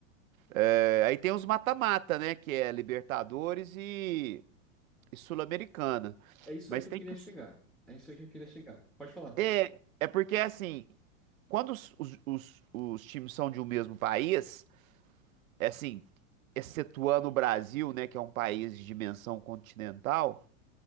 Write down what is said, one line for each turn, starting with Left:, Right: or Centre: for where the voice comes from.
Right: É, aí tem os mata-mata, né? Que é Libertadores e, e Sul-Americana.
Centre: É isso
Right: Mas
Centre: aí que eu
Right: tem
Centre: queria
Right: que.
Centre: chegar. É isso aí que eu queria chegar. Pode falar.
Right: É, é porque assim, quando os, os, os, os times são de um mesmo país, é assim, excetuando o Brasil, né, que é um país de dimensão continental,